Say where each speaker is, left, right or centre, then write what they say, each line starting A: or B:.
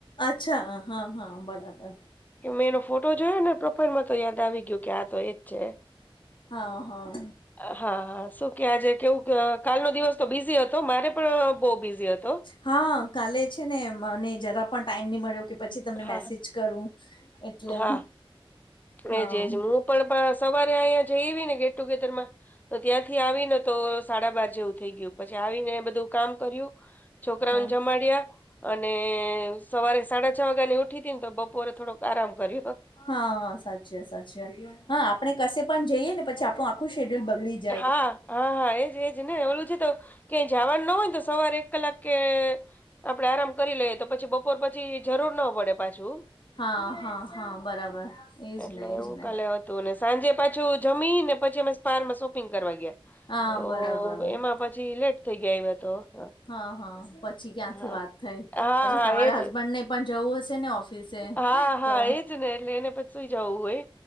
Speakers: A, on the left; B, on the left.
A: અચ્છા હા હા બરાબર
B: કે મેં એનો ફોટો જોયો ને પ્રોફાાઈલમાં તો યાદ આવી ગયુ કે આ તો એજ છે.
A: હા હા.
B: હા હા શું કે આજે કેવું કે કાલનો દિવસ તો બીઝી હતો મારે પણ બહુ બિઝી હતો.
A: હા કાલે છે ને મને જરા પણ ટાઈમ નહી મળ્યો કે પછી તમને
B: હા
A: મેસેજ કરું એટલે
B: હા
A: હા
B: એજ એજ હું પણ પણ સવારે અહીયા જઈ ને ગેટટુગેધર માં તો ત્યાંથી આવીને તો સાડાબાર જેવું થઈ ગયું પછી આવીને બધું કામ કર્યું. છોકરાઓને
A: હા
B: જમાડ્યા અને સવારે સાડાછ વાગા ની ઉઠી હતી ને તો બપોરે થોડોક આરામ કર્યો તો.
A: હા સાચી વાત સાચી વાત હા આપડે કશે પણ જઈએ ને પછી આપણું આખું શેડ્યુલ બગડી જ
B: હા હા હા એજ એજ ને ઓલું છે તો ક્યાંય જવાનું નો હોય તો સવારે એક કલાક કે આપડે આરામ કરી લઈએ તો પછી બપોર પછી જરૂર ના પડે પાછું
A: હા હા હા બરાબર એજ
B: એટલે
A: ને એજ
B: એવું
A: ને
B: કાલે હતું ને સાંજે પાછું જમી ને પછી અમે પારમાં શોપિંગ કરી કરવા ગયાતા
A: હા
B: તો
A: બરાબર
B: એમાં પછી લેટ થઈ ગયા આવ્યા તો
A: હા હા પછી ક્યાંથી
B: હા
A: વાત થાય
B: હા
A: પછી
B: હા
A: તમારા
B: એજ
A: હસબન્ડ ને પન જવું હશે ને ઓફિસે
B: હા હા
A: તો
B: એજ ને એટલે એને પછી સુઈ જવું હોય